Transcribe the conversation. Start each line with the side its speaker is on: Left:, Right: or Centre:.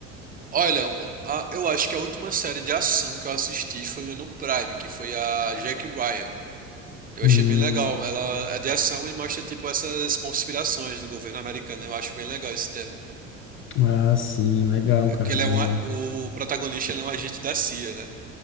Right: Olha, um- a- eu acho que a última série de ação que eu assisti foi uma no Prime, que foi a Jack Ryan. Eu
Left: Hum,
Right: achei bem legal. Ela é de ação e mostra tipo essas conspirações do governo americano. Eu acho bem legal esse tema.
Left: ah, sim, legal, cara.
Right: que ele é um, a-
Left: É.
Right: o protagonista ele é um agente da CIA, né?